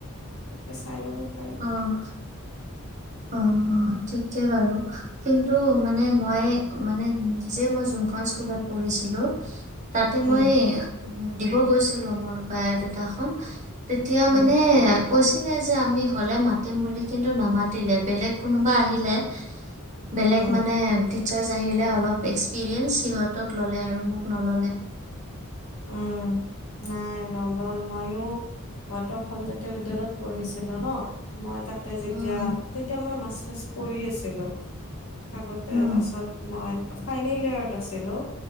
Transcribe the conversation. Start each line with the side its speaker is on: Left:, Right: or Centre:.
Left: গতিকে চাই লব পাৰে
Right: আহ অ ঠিকেই বাৰু কিন্তু মানে মই মানে নিজে মই যোনখন স্কুলত পঢ়িছিলোঁ। তাতে
Left: উম
Right: মই দিব গৈছিলো মোৰ বায়ে দেতাখন তেতিয়া
Left: উম
Right: মানে কৈছিলে যে আমি হ'লে মাতিম বুলি কিন্তু নামা দিলে বেলেগ কোনোবা আহিলে বেলেগ
Left: উম
Right: মানে টিচাৰ্ছ আহিলে অলপ এক্সপিৰিয়েঞ্চ সিহঁত তক ল'লে আৰু
Left: উম
Right: মোক নল'লে
Left: উম নাই নলয় ময়ো ৱাটাফুল জাতীয় বিদ্যয়ালয়ত পঢ়িছিলা ন মই তাত যেতিয়া
Right: উম,
Left: তেতিয়া মই মাছ বাচ কৰি আছিলো থাকোতে
Right: উম,
Left: তাছত মই ফাইনেল ইয়াৰত আছিল অ